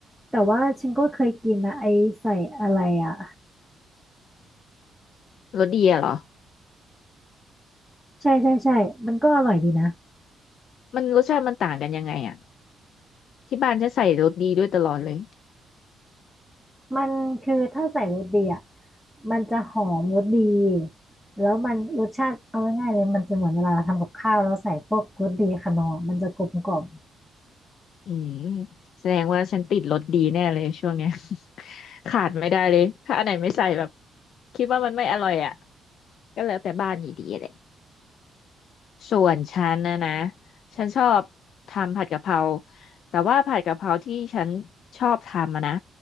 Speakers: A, in the centre; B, on the left.
A: แต่ว่าฉันก็เคยกินนะไอใส่อะไรอ่ะ
B: รสดีอะเหรอ
A: ใช่ใช่ใช่มันก็อร่อยดีนะ
B: มันรสชาติมันต่างกันยังไงอะที่บ้านฉันใส่รสดีด้วยตลอดเลย
A: มันคือถ้าใส่รสดีอ่ะมันจะหอมรสดีแล้วมันรสชาติเอาง่ายๆเลยมันจะเหมือนเวลาเราทำกับข้าวแล้วใส่พวกรสดีขนอร์มันจะกลมกล่อม
B: อืมแสดงว่าฉันติดรสดีแน่เลยช่วงเนี้ย <laughs> ขาดไม่ได้เลยถ้าอันไหนไม่ใส่แบบคิดว่ามันไม่อร่อยอ่ะก็แล้วแต่บ้านอยู่ดีแหละ ส่วนฉันนะนะ ฉันชอบทำผัดกะเพราแต่ว่าผัดกะเพราที่ฉันชอบทำอะนะ